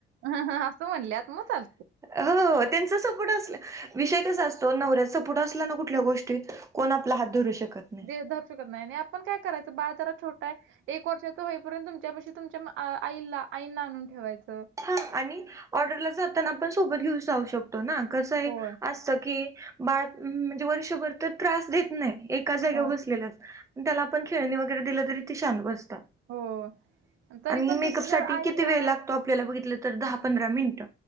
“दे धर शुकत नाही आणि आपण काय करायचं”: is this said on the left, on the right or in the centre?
Right